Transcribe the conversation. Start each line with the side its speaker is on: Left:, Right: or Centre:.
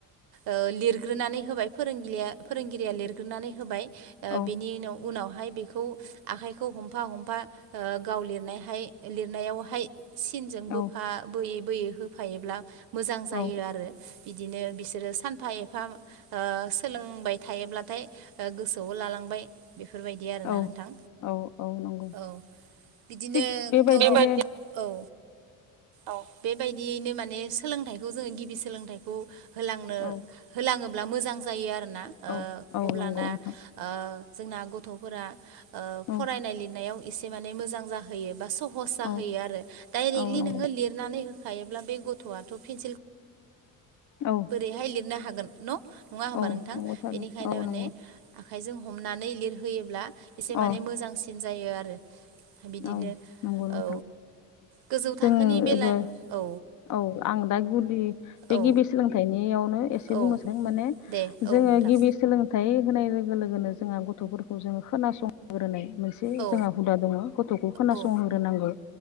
Right: ओ लिरग्रोनानै होबाय फोरोंगिरिया फोरोंगिरिया लिरग्रोनानै होबाय ओ
Left: औ
Right: बिनि उनाव उनाव हाय बेखौ आखाइखौ हमफा हमफा ओ गाव लिरनायहाय लिरनायावहाय सिनजों बोफा
Left: औ
Right: बोयै बोयै होफायोब्ला मोजां जायो
Left: औ
Right: आरो बिदिनो बिसोरो सानफा एफा फा ओ सोलोंबाय थायोब्लाथाय गोसोआव लालांबाय बेफोरबायदि आरोना
Left: औ
Right: नोंथां
Left: औ औ नंगौ
Right: औ। बिदिनो
Left: थिग बेबायदिनो
Right: थ' औ। औ बेबायदियैनो माने सोलोंथाइखौ जोङो गिबि सोलोंथाइखौ होलांनो
Left: औ
Right: होलाङोब्ला मोजां जायो आरो ना ओ
Left: औ औ
Right: अब्लाना
Left: नंगौ नोंथां
Right: ओ जोंना गथ'फोरा ओ फरायनाय
Left: औ
Right: लिरनायाव एसे माने मोजां जाहोयो बा सहस जाहोयो
Left: औ
Right: आरो दडाइरेक्टलि
Left: औ नंगौ
Right: नोङो लिरनानै होखायोब्ला बे गथ'आथ' पेन्सिल
Left: औ
Right: बोरैहाय लिरनो हागोन न' नङा होमबा
Left: औ
Right: नोंथां
Left: नंगौथारो
Right: बेनिखायनो
Left: औ
Right: माने
Left: नंगौ
Right: आखाइजों हमनानै लिरहोयोब्ला एसे
Left: अ
Right: माने मोजांसिन जायो आरो बिदिनो
Left: औ नोंगौ नोंथां।
Right: औ गोजौ थाखोनि
Left: जों
Right: बेला औ
Left: औ आं दा गुदि बे
Right: औ
Left: गिबि सोलोंथाइनियाव एसे
Right: औ
Left: बुंनो सै माने
Right: दे
Left: जोङो
Right: औ नोंथां
Left: गिबि सोलोंथाइ होनाय लोगो लोगोनो जोंहा गथ'फोरखौ जोङो खोनासंग्रोनाय। मोनसे
Right: औ
Left: जोंहा हुदा दङ' गथ'खौ खोनासंहग्रोनांगौ
Right: औ